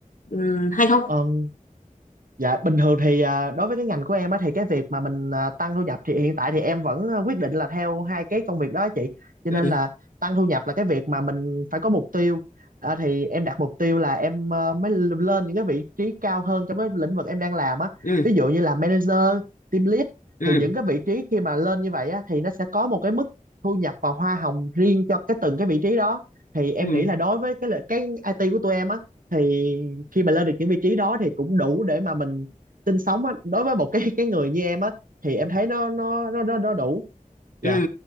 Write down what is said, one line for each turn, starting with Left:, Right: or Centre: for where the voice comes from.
Left: Ừm, hay không
Right: Ừm, Dạ bình thường thì à, đối với cái ngành của em á thì cái việc mà mình à, tăng thu nhập thì hiện tại thì em vẫn à, quyết định là theo hai cái công việc đó á chị. Cho
Left: ừ
Right: nên là tăng thu nhập là cái việc mà mình phải có mục tiêu. À, thì em đặt mục tiêu là em à, mới l- lên những cái vị trí cao hơn trong cái lĩnh vực em đang làm á.
Left: ừ
Right: Ví dụ như là manager, team lead
Left: ừ
Right: thì những cái vị trí khi mà lên như vậy á thì nó sẽ có một cái mức thu nhập và hoa hồng riêng cho cái từng cái vị trí đó. Thì em
Left: ừ
Right: nghĩ là đối với cái lợi- cái IT của tụi em á thì khi mà lên được những vị trí đó thì cũng đủ để mà mình sinh sống á đối với một cái cái người như em á thì em thấy nó nó nó nó, nó đủ
Left: ừ
Right: dạ